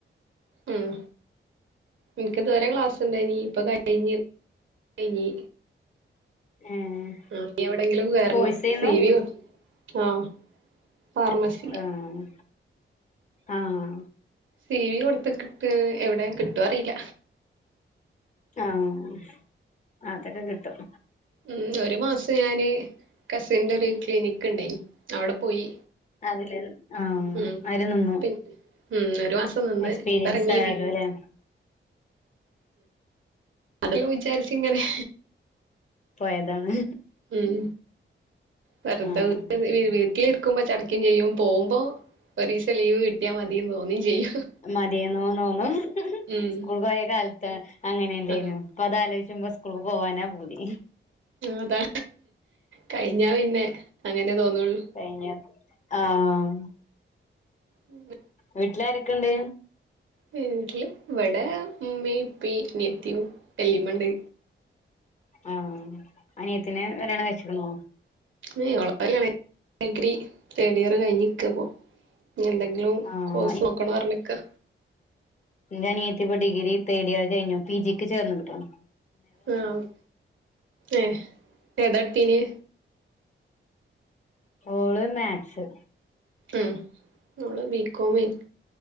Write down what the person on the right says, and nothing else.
ഉം എനിക്ക് ഇതുവരെ ക്ലാസ് ഉണ്ടായിനി ഇപ്പൊ കഴിഞ്ഞ് കഴിഞ്ഞി
ആഹ് ഇനി എവിടെങ്കിലും കയറണം
സി വി ആഹ് ഫാർമസി
സിവി കൊടുത്തുക്കിട്ട് എവിടെ കിട്ടുവോ അറിയില്ല
ഉം ഒരു മാസം ഞാന് കസിന്റെ ഒരു ക്ലിനിക്ക് ഉണ്ടായി അവിടെ പോയി
ഉം
പിന്നെ ഉം ഒരു മാസം നിന്ന്
ഇപ്പറങ്ങി
അതല്ലാം വിചാരിച്ച് ഇങ്ങനെ
ഉം വേറുതെ
വിട്ടില് ഇരി നിക്കുമ്പോ ചാടിക്കും ചെയ്യും പോകുമ്പോ ഒരീസം ലീവ് കിട്ടിയാൽ മതിന്ന് തോന്നുവേം ചെയ്യും
ഉം
ആഹ്
അതാ കഴിഞ്ഞാ പിന്നെ അങ്ങനെ തോന്നുള്ളു
ഉം
വീട്ടില് ഇവടെ ഇമ്മ ഇപ്പ അ നിയത്തി വെല്ലിമ്മ ഇണ്ട്
ഏഹ് ഓളെ കല്യാണ ഡിഗ്രി തേഡ് ഇയർ കഴിഞ്ഞ് നിക്കായിപ്പോ ഇനിഎന്തെങ്കിലും ഇഞ്ഞു
കോഴസ് നോക്കണന്ന് പറഞ്ഞ് നിക്കാ
ആഹ് ഏഹ് ഏതാട്ത്തീന്
ഉം ഓള് ബി കോമെയ്ന്ന്